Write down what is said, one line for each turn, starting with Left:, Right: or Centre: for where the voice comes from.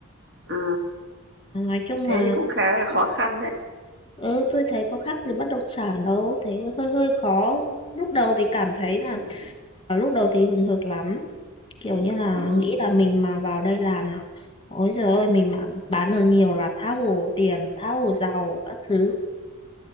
Right: À,
Left: Nói chung
Right: thế
Left: là
Right: thì cũng khá là khó khăn đấy.
Left: ừ tôi thấy có khác gì bất động sản đâu, thấy hơi hơi khó. Lúc đầu thì cảm thấy là
Right: Ừ.
Left: ở lúc đầu thì hừng hực lắm, kiểu như là
Right: Ừ.
Left: nghĩ là mình mà vào đây làm là ôi trời ơi mình mà bán được nhiều là tha hồ tiền, tha hồ giàu các thứ.